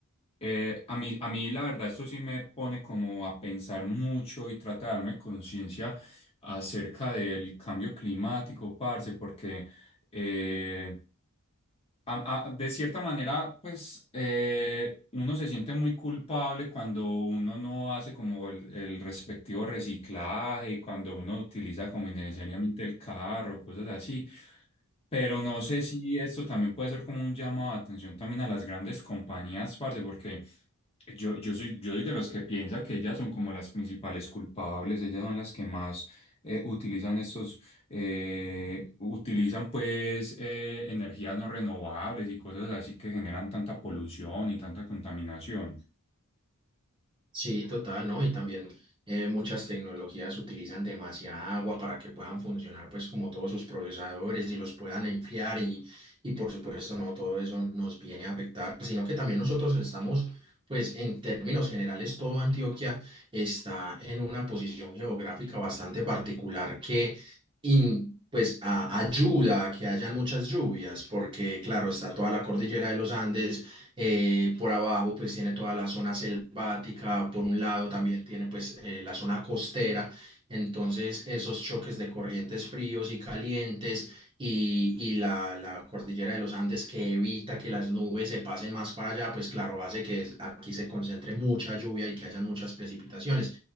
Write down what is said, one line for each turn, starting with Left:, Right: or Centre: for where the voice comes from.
Left: Eh, a mí, a mí, la verdad, eso sí me pone como a pensar mucho y tratarme conciencia acerca del cambio climático, parce, porque eh, a- a- de cierta manera, pues eh, uno se siente muy culpable cuando uno no hace como el, el respectivo reciclaje, cuando uno utiliza como innecesariamente el carro, cosas así. Pero no sé si esto también puede ser como un llamado de atención también a las grandes compañías, parce, porque yo, yo soy, yo soy de los que piensa que ellas son como las principales culpables, ellas son las que más eh, utilizan estos, eh, utilizan pues eh, energías no renovables y cosas así que generan tanta polución y tanta contaminación.
Right: Sí, total, ¿no? Y también eh, muchas tecnologías utilizan demasiada agua para que puedan funcionar, pues, como todos sus procesadores y los puedan enfriar y, y por supuesto, no todo eso nos viene a afectar, sino que también nosotros estamos, pues, en términos generales, todo Antioquia está en una posición geográfica bastante particular que, in- pues, a- ayuda a que hayan muchas lluvias, porque, claro, está toda la cordillera de los Andes eh, por abajo pues tiene toda la zona selvática, por un lado también tiene pues eh, la zona costera. Entonces esos choques de corrientes fríos y calientes y, y la, la cordillera de los Andes que evita que las nubes se pasen más para allá, pues claro, hace que es- aquí se concentre mucha lluvia y que hayan muchas precipitaciones.